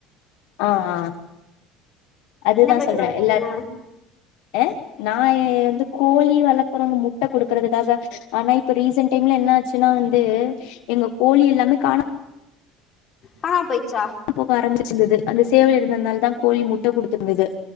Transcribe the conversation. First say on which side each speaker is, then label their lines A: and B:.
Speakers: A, on the left (about 75°); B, on the left (about 30°).
A: ஆ ஆ அதுதா
B: என்ன பெட்டு
A: சொல்றே
B: வளக்குறீங்க
A: எல்லார் அ நா எ வந்து கோழி வளக்றோங் முட்ட குடுக்கறதுக்காக ஆனா இப்ப ரீசன்ட் டைம்ல என்ன ஆச்சுனா வந்து எங்க கோழி எல்லாமே காணா
B: காணா போய்ச்சா
A: போக ஆரம்பிச்சிருந்தது அந்த சேவல் இருந்ததுனால் தா கோழி முட்ட குடுத் ருந்தது